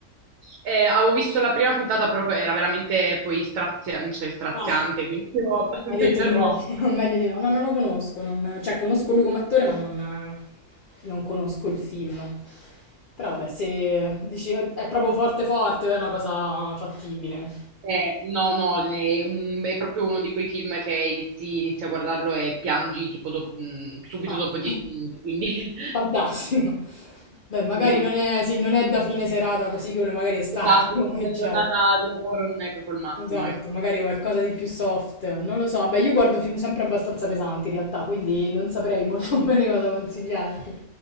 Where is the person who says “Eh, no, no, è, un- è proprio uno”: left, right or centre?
Right